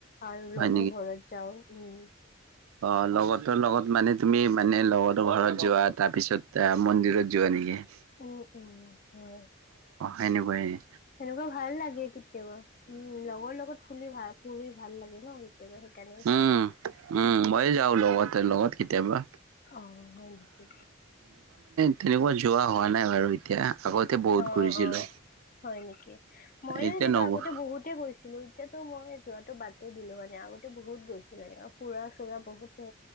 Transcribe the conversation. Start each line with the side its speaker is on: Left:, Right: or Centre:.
Left: আৰু
Right: হয়
Left: লগৰ ঘৰত- যাওঁ, উম।
Right: অঁ, লগৰটোৰ লগত মানে তুমি মানে লগৰটোৰ ঘৰত যোৱা তাৰপিছত মন্দিৰত যোৱা নেকি? অ',
Left: উম, উম, হয়
Right: সেনেকুৱা নি?
Left: সেনেকুৱা ভাল লাগে কেতিয়াবা। উম, লগৰ লগত ফুলি ভাল, ফুৰি ভাল লাগে ন? কেতিয়াবা কেনে যাওঁ
Right: উম
Left: আৰু
Right: উম, মই যাওঁ লগতে, লগত কেতিয়াবা
Left: অ', হয় নেকি?
Right: তেনেকোৱাত যোৱা হোৱা নাই বাৰু, এত এতিয়া, আগতে বহুত
Left: অ',
Right: ঘূৰিছিলো
Left: অ', হয় নেকি? মইও
Right: এতিয়া
Left: এনেকুৱা
Right: নগৰ
Left: আগতে বহুত গৈছোঁ ছিলোঁ, এতিয়াতো মই, যোৱাটো বাদেই দিলোঁ, মানে আগতে বহুত গৈছিলোঁ, এনেকা ফুৰা-চুৰা বহুতে